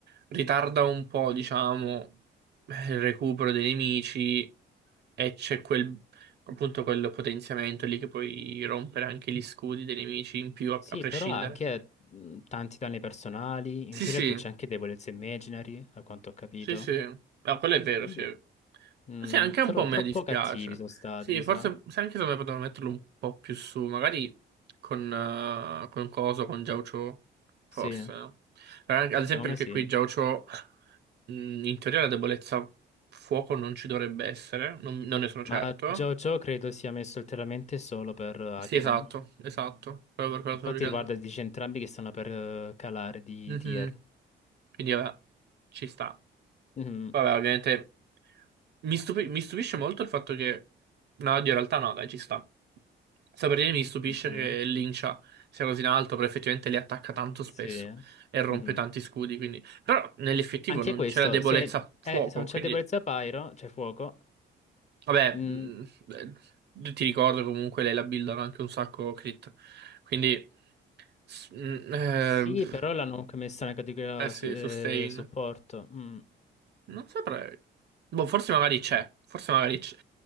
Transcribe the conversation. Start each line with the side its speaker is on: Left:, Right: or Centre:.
Right: ritarda un po', diciamo, eh, il recupero dei nemici e c'è quel, appunto, quel potenziamento lì che puoi rompere anche gli scudi dei nemici in più, a,
Left: Sì,
Right: a prescindere.
Left: però ha anche mh, tanti danni personali,
Right: Sì,
Left: in teoria
Right: sì,
Left: qui c'è anche debolezza imaginary, a quanto ho capito,
Right: Sì, sì, no, quello è vero,
Left: quindi
Right: sì.
Left: mh,
Right: Sì, anche
Left: tro-
Right: un po' a me
Left: troppo
Right: dispiace.
Left: cattivi sono stati,
Right: Sì,
Left: mi
Right: forse
Left: sa.
Right: se anche se me potevano metterlo un po' più su, magari con, eh, con Coso, con Jaucho, forse,
Left: Sì,
Right: no? Eh, Ad esempio
Left: secondo
Right: anche
Left: me sì.
Right: qui Jaucho, mh, in teoria la debolezza fuoco non ci dovrebbe essere, non, non ne sono certo.
Left: Ma JoJo credo sia messo ulteriormente solo per eh, Acheron.
Right: Sì, esatto, esatto, proprio per quello
Left: Infatti,
Right: che stavo dicendo.
Left: guarda, dice entrambi che stanno per eh, calare di
Right: Mhm.
Left: tier.
Right: Quindi vabbè, ci sta.
Left: Mhm.
Right: Vabbè, ovviamente. Mi stupi- mi stupisce molto il fatto che... No, oddio, in realtà no, dai, ci sta. Sta per dire mi stupisce
Left: Di chi?
Right: che Lincia sia così in alto, però effettivamente li attacca tanto spesso
Left: Sì.
Right: e rompe
Left: Mhm.
Right: tanti scudi, quindi... Però nell'effettivo
Left: Anche
Right: non
Left: questo,
Right: c'è la debolezza
Left: se,
Right: a fuoco,
Left: eh, se non c'è
Right: quindi...
Left: debolezza Pyro, c'è fuoco.
Right: Vabbè,
Left: Mm,
Right: mh, eh, ti ricordo comunque lei la buildano anche un sacco crit, quindi... s- mh, eh,
Left: sì,
Right: pff,
Left: però l'hanno comunque messa nella categoria
Right: eh sì,
Left: su- eh,
Right: sustain.
Left: supporto. Mm.
Right: Non saprei. Boh, forse magari c'è. Forse magari c'è.